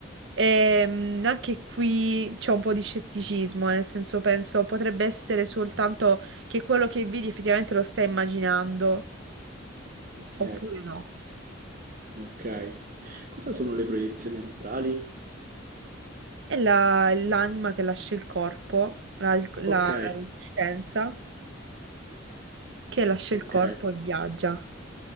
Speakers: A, on the right; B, on the right.
A: Ehm, anche qui c'è un po' di scetticismo, nel senso penso potrebbe essere soltanto che quello che vedi effettivamente lo stai immaginando
B: ok,
A: oppure no.
B: ok. Cosa sono le proiezioni astrali?
A: È la- l'anima che lascia il corpo, la, la
B: Ok,
A: la coscienza che lascia
B: ok,
A: il corpo e viaggia.